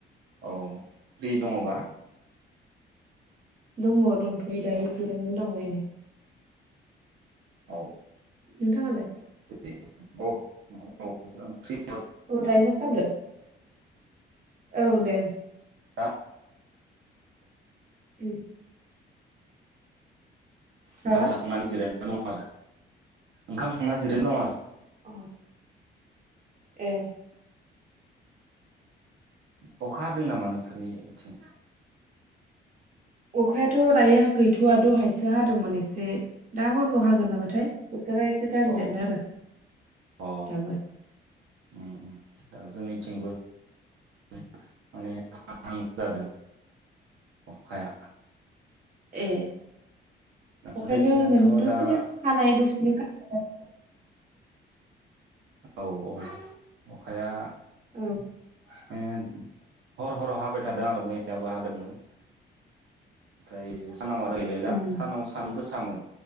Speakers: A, on the right (about 75°); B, on the right (about 40°).
A: औ फ्रि दङबा?
B: दङ दंथ'यो दायो जिरायनानै दं एरिनो।
A: औ।
B: नोंथाङालाय?
A: <inaudible>
B: औ दायो मा खालामदों? औ दे
A: दा
B: उम हा
A: ओंखाम जाखांनानै जिरायना ना दं आरो, ओंखाम जाखांना जिरायना दं आरो।
B: अ। ए
A: ओ अखा हादोंं नामा नोंसोरनि थिं?
B: अखायाथ' दायोहा गैथ'वा दहायसो हादोंमोन एसे। दा हरफोराव हागोन नामा थाय बोथोरा एसे गारजियानो
A: औ
B: आरो
A: अ
B: दाबो।
A: उम उम दा जोंनिथिंबो माने हाहां जादों अखाया
B: ए अखायानो
A: ओरैनोथ'
B: मानि दसेनो
A: दा
B: हानाय दसेनो गारनाय
A: औ औ अखाया
B: औ।
A: अखाया हर हराव हाबाय थादों आरो मैयाबो हादोंमोन ओमफ्राय सानाव आरो गैलायला
B: उम
A: सानाव सान गोसामोन।